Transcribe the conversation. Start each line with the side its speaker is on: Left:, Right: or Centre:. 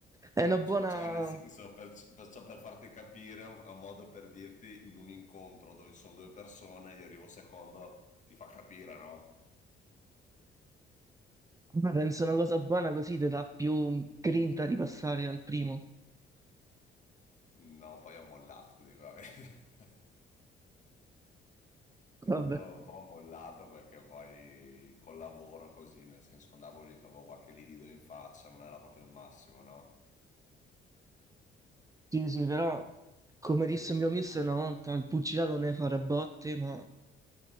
Right: è una buona...
Left: Cioè, nel senso, per- perciò per farti capire, è un è un modo per dirti in un incontro dove ci sono due persone, io arrivo secondo, ti fa capire, no?
Right: vabbè, Penso una cosa buona così ti dà più grinta di passare al primo.
Left: No, poi ho mollato, ti dico la verità. <laughs>
Right: Vabbè,
Left: No, un po' ho mollato perché poi col lavoro così, nel senso andavo lì che avevo qualche livido in faccia, non era proprio il massimo, no?
Right: sì, sì, però come disse il mio mister una volta, il pugilato ne fa a botte, ma